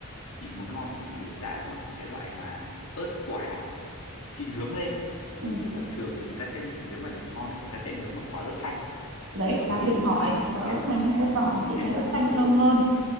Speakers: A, on the left; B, on the right.
A: chị muốn ngon ấy chị phải giã bằng cái loại mà ớt quả chị nướng lên
B: Ừ.
A: tức là thường thì người ta sẽ nếu mà để ngon thì người ta sẽ nướng bằng quả ớt xanh
B: Đấy,
A: chứ còn
B: đang
A: cái,
B: định hỏi là ớt
A: cái
B: xanh hay ớt
A: đúng
B: đỏ
A: rồi
B: thì chị
A: cái
B: thấy ớt xanh
A: ớt
B: thơm hơn.